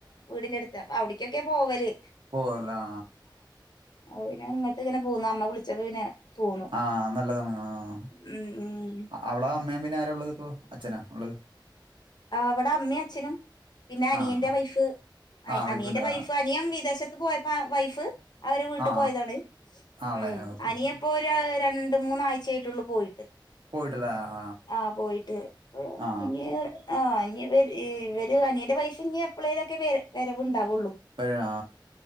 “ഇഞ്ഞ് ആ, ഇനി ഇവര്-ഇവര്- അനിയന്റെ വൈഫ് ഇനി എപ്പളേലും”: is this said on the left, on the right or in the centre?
Left